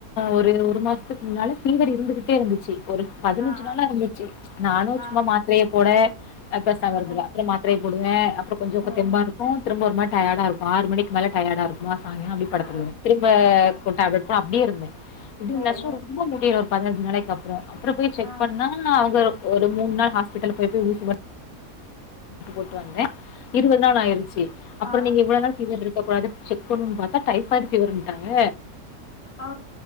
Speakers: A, on the left (about 65°); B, on the left (about 40°).
A: ஒரு ஒரு மாஸ்த்துக் முன்னால ஃபீவர் இருந்துகுட்டே இருந்துச்சு ஒரு பதினஞ்சு
B: ஆ
A: நாள
B: ஆ
A: இருந்துச்சு நானு சும்மா
B: ஆ
A: மாத்ரய போட பெசாம
B: ஆ
A: இருந்துருவ
B: ஆ
A: அப்பற மாத்ரய் போடுவே அப்ற இப்ப கொஞ்சொ இப்ப
B: ம்
A: தெம்பா
B: ம்
A: இருக்கு திரும்ப ஒருமாரி டயாடா இருக்கு ஆறு மணிக்கு மேல டயடா இருக்குமா சாங்கால அப்டி படத்துகிடுவ
B: ஆ ஆ
A: திரும்ப
B: ஆ
A: கு டேப்லட் போன அப்டியே இருந்தே இப்டி
B: ம்
A: நஷ்றொ
B: ம்
A: ரொம்ப முடில ஒரு பத்னஞ்சு நாளக்கி அப்றொ அப்புற போய் செக்
B: ஆ
A: பண்ணா அவுங்க ஒரு மூண் நாள் ஹாஸ்பிட்டலு போய் போய் ஊசி மட் டு போட்டு வந்தே இருவது நாள் ஆயிருச்சி அப்புற
B: ஆ ஆ
A: நீங்க இவ்ளோ நாள் ஃபீவர்ருக் கூடாது செக் பண்ணுன் பாத்தா டைஃபாய்டு ஃபீவருன்ட்டாங்க
B: ஆ